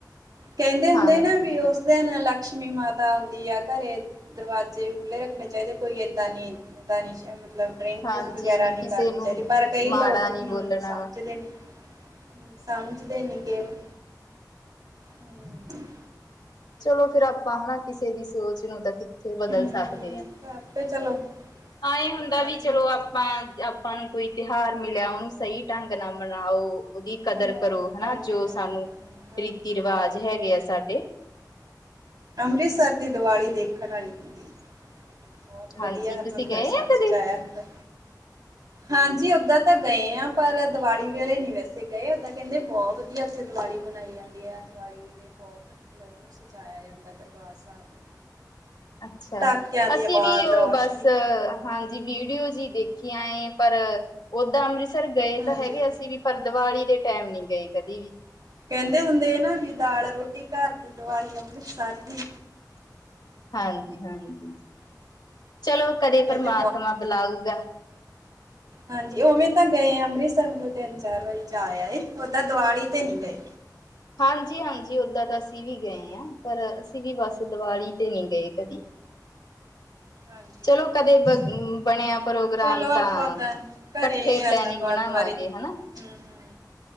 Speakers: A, on the right; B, on the left.
A: ਕਹਿੰਦੇ ਹੁੰਦੇ
B: ਹਾਂਜੀ
A: ਨਾ ਵੀ ਉਸ ਦਿਨ ਲਕਸ਼ਮੀ ਮਾਤਾ ਆਉਂਦੀ ਆ ਘਰੇ। ਦਰਵਾਜੇ ਵੀ ਖੁੱਲ੍ਹੇ ਰੱਖਣੇ ਚਾਹੀਦੇ। ਕੋਈ ਏਦਾਂ ਨੀ ਇਦਾਂ ਨੀ। ਮਤਲਬ ਡਰਿੰਕ
B: ਹਾਂਜੀ
A: ਵਗੈਰਾ
B: ਵੀ
A: ਨਹੀਂ
B: ਕਿਸੇ
A: ਕਰਨੀ
B: ਨੂੰ
A: ਚਾਹੀਦੀ ਪਰ ਕਈ
B: ਮਾੜਾ
A: ਲੋਕ ਹਮ
B: ਨੀ ਬੋਲਣਾ
A: ਸਮਝਦੇ ਨਹੀ। ਸਮਝਦੇ ਨੀ ਗੇ ਹੁਣ। ਹਮ
B: ਚਲੋ ਫਿਰ ਆਪਾਂ ਹਨਾ, ਕਿਸੇ ਦੀ ਸੋਚ ਨੂੰ ਤਾਂ ਕਿੱਥੇ ਬਦਲ
A: ਹਮ
B: ਸਕਦੇ ਹਾਂ।
A: ਤਾਂ ਆਪੇ ਚਲੋ
B: ਹਾਂ ਇਹ ਹੁੰਦਾ
A: ਪਰਮਾਤਮਾ
B: ਵੀ ਚਲੋ
A: ਹਨਾ
B: ਆਪਾਂ ਆਪਾਂ ਨੂੰ ਕੋਈ ਤਿਉਹਾਰ ਮਿਲਿਆ ਉਹਨੂੰ ਸਹੀ ਢੰਗ ਨਾਲ ਮਨਾਓ। ਉਹਦੀ ਕਦਰ
A: ਮਨਾਉਣਾ
B: ਕਰੋ। ਹਨਾ
A: ਹਾਂਜੀ
B: ਜੋ
A: ਹਾਂਜੀ
B: ਸਾਨੂੰ
A: ਹਾਂ ਹਾਂਜੀ
B: ਰੀਤੀ ਰਿਵਾਜ਼ ਹੈਗੇ ਆ ਸਾਡੇ।
A: ਅੰਮ੍ਰਿਤਸਰ ਦੀ ਦੀਵਾਲੀ ਦੇਖਣ ਵਾਲੀ ਹੁੰਦੀ। ਬਹੁਤ
B: ਹਾਂਜੀ
A: ਵਧੀਆ ਹਰਿਮੰਦਰ
B: ਤੁਸੀਂ ਗਏ
A: ਸਾਹਿਬ
B: ਆ ਕਦੇ
A: ਸਜਾਇਆ ਹੁੰਦਾ। ਹਾਂਜੀ ਓਦਾਂ ਤਾਂ ਗਏ ਆ ਪਰ ਦੀਵਾਲੀ ਵੇਲੇ ਨੀ ਵੈਸੇ ਉਥੇ ਗਏ ਓਦਾਂ ਕਹਿੰਦੇ ਬਹੁਤ ਵਧੀਆ ਉੱਥੇ ਦੀਵਾਲੀ ਮਨਾਈ ਜਾਂਦੀ ਹੈ। ਦੀਵਾਲੀ ਵੇਲੇ ਬਹੁਤ ਮਤਲਬ ਉਹਨੂੰ ਸਜਾਇਆ ਜਾਂਦਾ। ਦਰਬਾਰ ਸਾਹਿਬ ਨੂੰ
B: ਅੱਛਾ,
A: ਪਟਾਕਿਆਂ ਦੀ
B: ਅਸੀਂ
A: ਆਵਾਜ਼
B: ਵੀ ਉਹ
A: ਰੌਸ਼ਨੀ
B: ਬਸ। ਹਾਂਜੀ ਵੀਡੀਓ ਜੀ ਦੇਖੀਆਂ ਏ ਪਰ ਓਦਾਂ ਅੰਮ੍ਰਿਤਸਰ ਗਏ
A: ਹਾਂਜੀ
B: ਤਾਂ ਹੈਗੇ ਅਸੀਂ ਵੀ ਪਰ ਦੀਵਾਲੀ ਦੇ ਟਾਈਮ ਨੀ ਗਏ ਕਦੀ ਵੀ
A: ਕਹਿੰਦੇ ਹੁੰਦੇ ਨਾ ਵੀ ਦਾਲ ਰੋਟੀ ਘਰ ਦੀ ਦਿਵਾਲੀ ਅੰਮ੍ਰਿਤਸਰ ਦੀ।
B: ਹਾਂਜੀ, ਹਾਂਜੀ ਚਲੋ
A: ਕਹਿੰਦੇ
B: ਕਦੇ ਪਰਮਾਤਮਾ ਬੁਲਾਊਗਾ।
A: ਹ ਹਾਂਜੀ ਉਵੇਂ ਤਾਂ ਗਏ ਆ। ਅੰਮ੍ਰਿਤਸਰ ਮਤਲਬ ਤਿੰਨ ਚਾਰ ਵਾਰੀ ਜਾ ਆਏ। ਓਦਾਂ ਦੀਵਾਲੀ ਤੇ ਨਹੀਂ ਗਏ।
B: ਹਾਂਜੀ, ਹਾਂਜੀ ਓਦਾਂ ਤਾਂ ਅਸੀਂ ਵੀ ਗਏ ਹਾਂ। ਪਰ ਅਸੀਂ ਵੀ ਬਸ ਦੀਵਾਲੀ ਤੇ ਨਹੀਂ ਗਏ ਕਦੀ।
A: ਹਾਂਜੀ
B: ਚਲੋ,
A: ਹਾਂਜੀ
B: ਕਦੇ ਬਣਿਆ ਪ੍ਰੋਗਰਾਮ
A: ਚਲੋ ਆਪਾਂ
B: ਤਾਂ
A: ਓਦਾਂ
B: ਇਕੱਠੇ
A: ਘਰੇ ਏਦਾਂ
B: ਪਲੈਨਿੰਗ
A: ਗੁਰਦੁਆਰੇ
B: ਬਣਾਵਾਂਗੇ।
A: ਹਮ
B: ਹਨਾ
A: ਹਮ